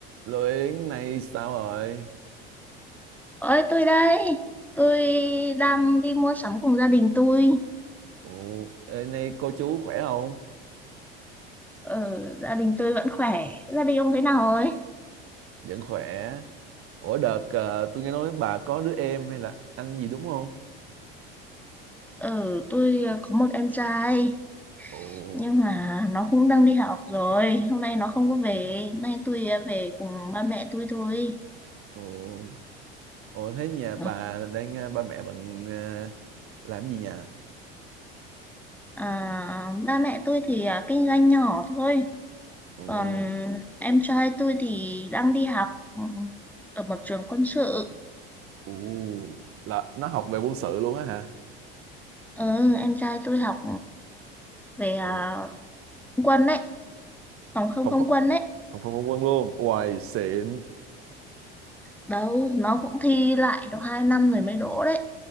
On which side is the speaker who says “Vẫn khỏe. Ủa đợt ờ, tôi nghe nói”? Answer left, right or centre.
Right